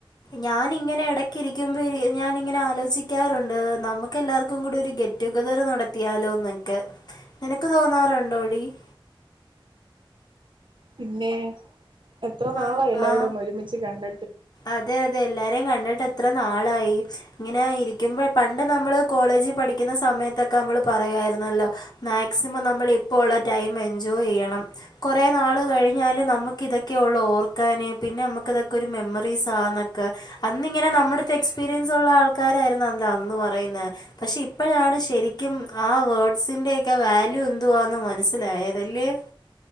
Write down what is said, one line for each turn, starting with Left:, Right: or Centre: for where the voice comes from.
Left: ഞാന് ഇങ്ങനെ ഇടക്ക്‌ ഇരിക്കുമ്പം ഞാൻ ഇങ്ങനെ ആലോചിക്കാറുണ്ട് നമുക്ക് എല്ലാർക്കും കൂടി ഒരു ഗെ ടുഗെതർ നടത്തിയാലോന്നെക്കെ നിനക്ക് തോന്നാറൊണ്ടോടി <inaudible>
Right: പിന്നേ എത്ര നാളായി
Left: ആ
Right: എല്ലാരൂടെ
Left: ആ
Right: ഒന്ന് ഒരുമിച്ച് കണ്ട
Left: അതെ അതെ എല്ലാരേം കണ്ടിട്ട് എത്ര നാളായി ഇങ്ങനെ ഇരിക്കുമ്പോ പണ്ട് നമ്മള് കോളേ ജില് പഠിക്കുന്ന സമയത്തൊക്കെ നമ്മൾ പറയുമായിരുന്നല്ലോ മാക്സിമം നമ്മൾ ഇപ്പോ ഉള്ള ടൈം എൻജോയ് ചെയ് ണം കൊറേ നാള് കഴിഞ്ഞാല് നമ്മക്ക്‌ ഇതൊക്കെ ഒള്ള് ഓർക്കാന് പിന്നെ ഇതൊക്കെ ഒരു മെ <inaudible> ക്കെ അന്നിങ്ങനെ നമ്മുടെത്തെ എക്സ്പീരിയൻസ് ഉള്ള ആൾക്കാരായിരുന്നല്ല അന്ന് പറയുന്നെ പക്ഷെ ഇപ്പോഴാണ് ശരിക്കും ആ വേഡ്സിന്റെറെയൊക്കെ വാല്യൂ എന്തുവാന്ന് മനസ്സിലായതല്ലേ <inaudible>